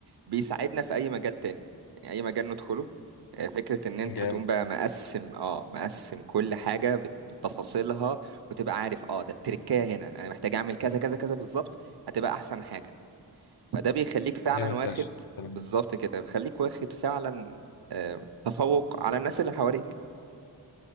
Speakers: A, on the right; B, on the left.
A: بيساعدنا في أي مجال تاني يعني أي مجال ندخله آه، فكرة إن أنت
B: جامد
A: تقوم بقى مقسم اه مقسم كل حاجة بت- بتفاصيلها وتبقى عارف اه ده التركاية هنا أنا محتاج أعمل كذا كذا كذا بالظبط هتبقى أحسن حاجة فده بيخليك فعلا
B: جامد
A: واخد
B: فشخ تمام
A: بالظبط كده بيخليك واخد فعلا آه، تفوق على الناس اللي حواليك